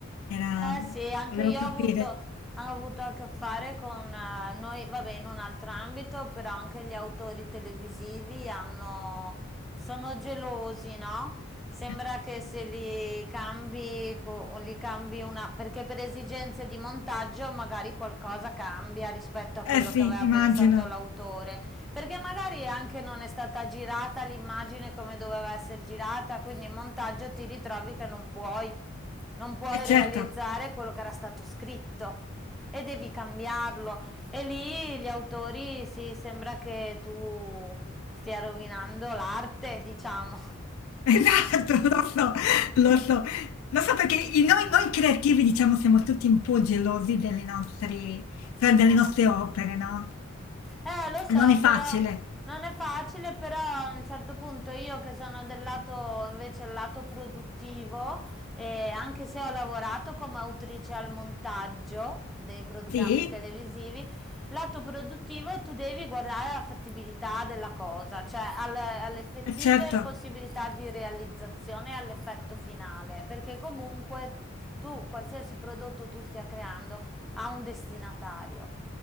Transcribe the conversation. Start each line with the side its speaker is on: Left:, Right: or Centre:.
Left: era...
Centre: Eh sì, anche
Left: volevo
Centre: io
Left: capire.
Centre: ho avuto, ho avuto a che fare con eh, noi, vabbè, in un altro ambito, però anche gli autori televisivi hanno, sono gelosi, no? Sembra
Left: <laughs>
Centre: che se li cambi, co- li cambi una, perché per esigenze di montaggio magari qualcosa cambia rispetto a
Left: Eh
Centre: quello
Left: sì,
Centre: che aveva
Left: immagino.
Centre: pensato l'autore, perché magari anche non è stata girata l'immagine come doveva essere girata, quindi in montaggio ti ritrovi che non puoi. Non puoi
Left: E
Centre: realizzare
Left: certo.
Centre: quello che era stato scritto e devi cambiarlo. E lì gli autori si sembra che tu stia rovinando l'arte, diciamo.
Left: <laughs> Esatto, lo so, lo
Centre: <laughs>
Left: so. Lo so perché i- noi, noi creativi, diciamo, siamo tutti un po' gelosi delle nostre, cioè, delle nostre opere, no?
Centre: Eh, lo so,
Left: Non è facile.
Centre: però non è facile, però a un certo punto io che sono del lato invece il lato produttivo, eh, anche se ho lavorato come autrice al montaggio dei programmi
Left: Sì,
Centre: televisivi, lato produttivo tu devi guardare alla fattibilità della cosa, cioè al- alle effettive
Left: eh, certo,
Centre: possibilità di realizzazione e all'effetto finale, perché comunque tu, qualsiasi prodotto tu stia creando, ha un destinatario.